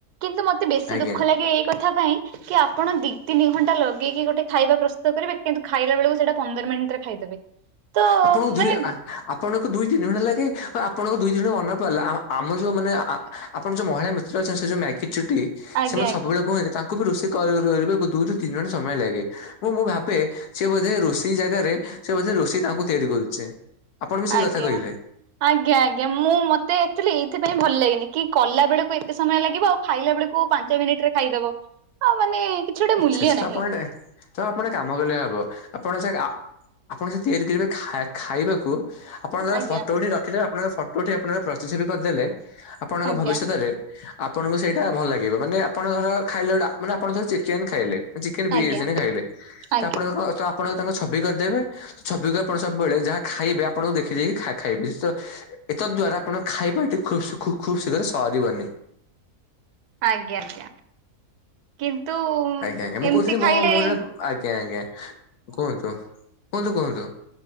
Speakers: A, on the right (about 80°); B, on the left (about 85°).
A: କିନ୍ତୁ ମତେ ବେଶୀ
B: ଆଜ୍ଞା
A: ଦୁଃଖ ଲାଗେ ଏଇ କଥା ପାଇଁ କି ଆପଣ ଦିଇ ତିନି ଘଣ୍ଟା ଲଗେଇକି ଗୋଟେ ଖାଇବା ପ୍ରସ୍ତୁତ କରିବେ। କିନ୍ତୁ ଖାଇଲା ବେଳକୁ ସେଇଟା ପନ୍ଦର ମିନିଟ ରେ ଖାଇଦେବେ। ତ
B: ଆପଣଙ୍କୁ ଦୁଇ
A: ମାନେ
B: ଆ ଆପଣଙ୍କୁ ଦୁଇ ତିନି ଘଣ୍ଟା ଲାଗେ। ଆ ଆପଣଙ୍କୁ ଦୁଇ ଦିନ ବନେ ପାଇଲେ। ଆ-ଆମ ଯୋଉ ମାନେ ଆ-ଆ-ଆପଣ ଯୋଉ ମହିଳା ମିତ୍ର ସେ-ସେ ଯୋଉ ମ୍ୟାଗି ଚୁଟି
A: ଆଜ୍ଞା
B: ସେ
A: ଆଜ୍ଞା।
B: ସବୁବେଳେ କୁହନ୍ତି ତା କୁ ବି ରୋଷେଇ କରିବାକୁ ଦୁଇ ରୁୁ ତିନି ଘଣ୍ଟା ସମୟ ଲାଗେ। ମୁଁ ମୁଁ ଭାବେ ସେ ବୋଧେ ରୋଷେଇ ଜାଗାରେ ସେ ବୋଧେ ରୋଷେଇ ତାଙ୍କୁ ତିଆରି କରୁଚି। ଆପଣ ବି ସେଇ
A: ଆଜ୍ଞା
B: କଥା କହିଲେ।
A: ଆଜ୍ଞା-ଆଜ୍ଞା ମୁଁ ମତେ ଏକ୍ଟୁଆଲୀ ଏଇଥି ମତେ ବି ଭଲ ଲାଗନି, କି କଲା ବେଳକୁ ଏତେ ସମୟ ଲାଗିବ। ଆଉ ଖାଇଲା ବେଳକୁ, ପାଞ୍ଚ ମିନିଟ ରେ ଖାଇଦବ। ଆଉ ମାନେ କିଛି ଗୋଟେ
B: ଆଚ୍ଛା-ଆଛା
A: ମୂଲ୍ୟ
B: ତ
A: ନାହିଁ
B: ଆପଣ ଟେ ତ ଆପଣ ଗୋଟେ କାମ କଲେ ହବ ଆପଣ ସେ ଆପଣ ସେ ତିଆରି କରିବେ ଖାଇ-ଖାଇବାକୁ ଆପଣ ତାର
A: ଆଜ୍ଞା
B: ଫଟୋ ଉଠେଇ ରଖିଦେବେ ଆପଣଙ୍କ ଫଟୋ ଉଠେଇ, ଆପଣଙ୍କର ପ୍ରତିଛବି କରିଦେଲେ ଆପଣଙ୍କ
A: ଆଜ୍ଞା
B: ଭବିଷ୍ୟତରେ ଆପଣଙ୍କୁ ସେଇଟା ଭଲ ଲାଗିବ। ମାନେ ଆପଣ ଧର ଖାଇଲେ ମାନେ ଆପଣ ଧର ଚିକେନ ଖାଇଲେ ଚିକେନ <unintelligible>
A: ଆଜ୍ଞା
B: ଖାଇଲେ
A: ଆଜ୍ଞା।
B: ତ ଆପଣଙ୍କ କଣ ତ ଆପଣ ତାଙ୍କ ଛବି କରିଦେବେ ଛବିକୁ ଆପଣ ସବୁବେଳେ ଯାହା ଖାଇବେ ଆପଣଙ୍କୁ ଦେଖିଦେଖି ଖା ଖାଇବେ ତ ଏତଦ୍ ଦ୍ଵାରା ଆପଣ ଖାଇବା ଏଠୀ ଖୁବ ଖୁ-ଖୁ ଖୁବ ଶୀଘ୍ର ସରିବନି।
A: ଆଜ୍ଞା-ଆଜ୍ଞା କିନ୍ତୁ?
B: ଆଜ୍ଞା ଆଜ୍ଞା ମୁଁ
A: ଏମିତି
B: କହୁଥିଲି ମୁଁ
A: ଖାଇଲେ
B: ମୁଁ ଜଣେ ଆଜ୍ଞା ଆଜ୍ଞା କୁହନ୍ତୁ। କୁହନ୍ତୁ କୁହନ୍ତୁ।